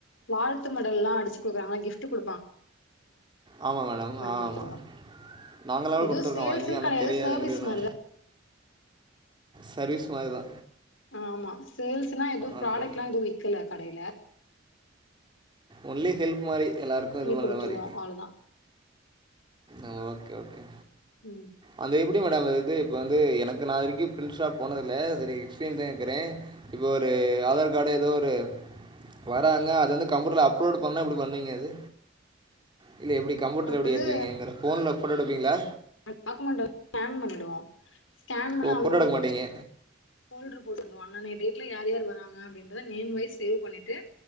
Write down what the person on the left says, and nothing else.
வாழ்த்து மெடல்லா அடிச்சு குடுக்குறாங்கள கிப்ட் குடுப்பாங்
குடுத்துருவோம்.
எதுவும்
சேல்ஸ்ன்னு
கிடையாது.
சர்வீஸ்
மாரி தான்.
ஆ ஆமா சேல்ஸ்னுதா எதுவு ப்ராடக்ட்லா
எதுவு விக்கல கடையில
உங்களுக்கு
குடுத்துருவோம்
அவ்ளோதான்.
ம்
வந்து
டாக்குமெண்ட வந்து ஸ்கேன் பண்ணிடுவோ ஸ்கேன் பண்ணி
அவங்க
ஃபோல்டர் போட்டுக்குவாங்க இன்னிக்கு டேட்ல யார் யார் வராங்க அப்டின்றத நேம் வைஸ் சேவ் பண்ணிட்டு